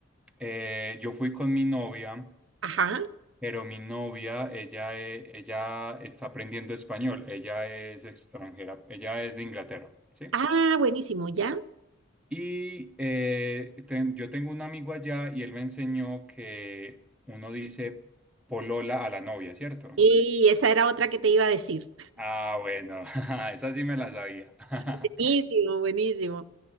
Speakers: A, in the centre; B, on the right.
A: eh, yo fui con mi novia
B: ajá.
A: Pero mi novia, ella, eh, ella está aprendiendo español, ella es extranjera, ella es de Inglaterra, ¿sí?
B: Ah, buenísimo, ya.
A: Y eh, ten- yo tengo un amigo allá y él me enseñó que uno dice polola a la novia, ¿cierto?
B: Y esa era otra que te iba a decir.
A: Ah, bueno, <laughs> esa sí me la sabía. <laughs>
B: Buenísimo, buenísimo.